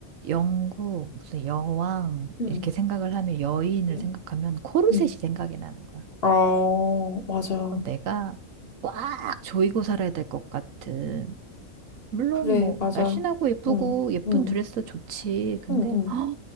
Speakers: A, on the right; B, on the left.
A: 영국, 무슨 여왕,
B: 응,
A: 이렇게 생각을 하면 여인을
B: 응,
A: 생각하면 코르셋이
B: 응.
A: 생각이 나는 거야.
B: 어, 맞아.
A: 어, 내가 꽉 조이고 살아야 될 것 같은. 물론
B: 그래,
A: 뭐,
B: 맞아.
A: 날씬하고 예쁘고
B: 응,
A: 예쁜
B: 응,
A: 드레스 좋지. 근데,
B: 응, 응.
A: <gasps> 헉,